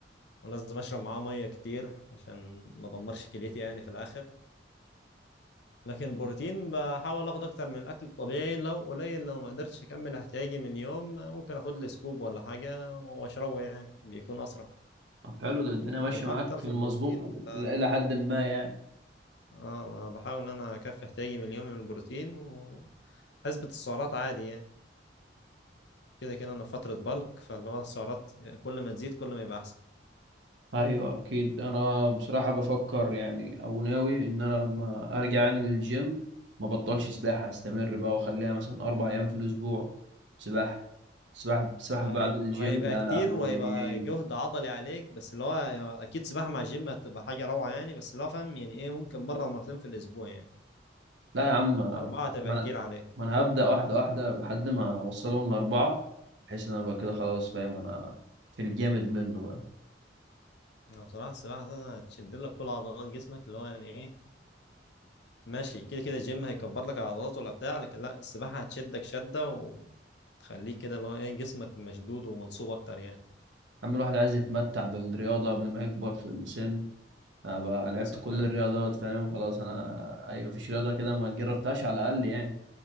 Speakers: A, on the left; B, on the right.
A: ولازم اشرب معاه مية كتير عشان ما ادمرش كليتي يعني في الآخر لكن بروتين بحاول اخد اكتر من الاكل الطبيعي لو قليل لو ما قدرتش اكمل احتياجي من اليوم ممكن اخد لي سكوب ولا حاجه واشربه يعني بيكون اسرع
B: طب حلو ده الدنيا
A: لكن
B: ماشيه
A: الاكتر
B: معاك في
A: في
B: المظبوط
A: البروتين ب...
B: الى حد ما يعني
A: اه بحاول ان انا اكفي احتياجي من اليوم من البروتين واثبت السعرات عادي يعني كده كده انا في فتره بالك فاللي هو السعرات كل ما تزيد كل ما يبقى احسن
B: ايوه اكيد انا بصراحه بفكر يعني او ناوي ان انا لما ارجع يعني للجيم ما بطلش
A: مم.
B: سباحه استمر بقى واخليها مثلا اربع ايام في الاسبوع سباحه سباحه سباحه
A: هي-
B: بعد الجيم
A: هو هيبقى
B: يا
A: كتير
B: لهوي
A: وهيبقى جهد عضلي عليك بس اللي هو اكيد سباحه مع الجيم هتبقى حاجه روعه يعني بس اللي هو فاهم يعني ايه ممكن مره ومرتين في الاسبوع يعني
B: لا يا عم انا
A: أربعة تبقى
B: ما انا
A: كتير عليك
B: ما انا هبدا واحده واحده لحد ما اوصلهم لاربعه بحيث ان انا بقى كده
A: امم
B: خلاص فاهم انا في الجامد منه بقى
A: أنا بصراحة السباحة أساسا هتشد لك كل عضلات جسمك اللي هو يعني إيه ماشي كده كده الجيم هيكبر لك العضلات ولا بتاع لكن لا السباحة هتشدك شدة وتخليك كده اللي هو إيه جسمك مشدود ومنصوب أكتر يعني
B: اما الواحد عايز يتمتع بالرياضه قبل ما يكبر في السن ابقى لعبت
A: حصل
B: كل
A: فعلا
B: الرياضات فاهم خلاص انا اي مفيش رياضه كده ما جربتهاش على الاقل يعني